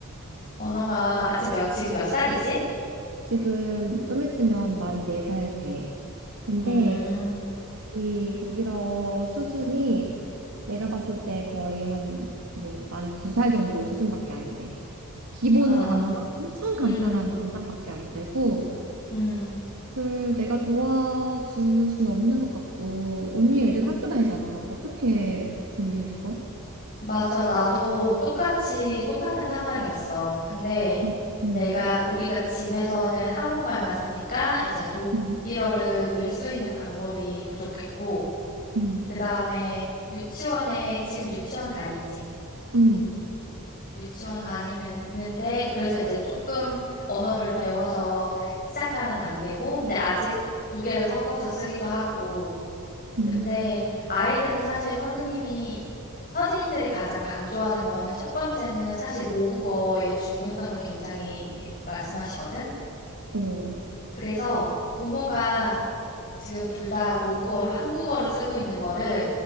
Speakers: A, on the left (about 40°); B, on the right (about 85°).
A: 언어가 아직 몇, 지금 몇 살이지?
B: 지금 좀 있으면 만 네 살 돼. 근데
A: 음,
B: 이 독일어 수준이 내가 봤을 때 거의 한 뭐 만 두 살 정도 수준밖에 안 돼. 기본
A: 아,
B: 단어랑 엄청 간단한
A: 음,
B: 문장밖에 안 되고
A: 음.
B: 얘를 내가 도와줄 수는 없는 것 같고, 언니 애들 학교 다니잖아. 어떻게 준비했어?
A: 맞아. 나도 똑같이, 똑같은 상황이었어. 근데
B: 응 응
A: 내가, 우리가 집에서는 한국말만 쓰니까 이제 독일어를
B: 응
A: 늘 수 있는 방법이 부족했고,
B: 응
A: 그 다음에 유치원에, 지금 유치원 다니지?
B: 응
A: 유치원 다니는데 그래서 이제 조금 언어를 배워서 시작하는 단계고 근데 아직 두 개를 섞어서 쓰기도 하고
B: 응
A: 근데 아이들은 사실 선생님이 선생님들이 가장 강조하는 거는 첫 번째는 사실 모국어의 중요성을 굉장히 말씀하시거든.
B: 어,
A: 그래서 부모가 지금 둘 다 모국어로 한국어를 쓰고 있는 거를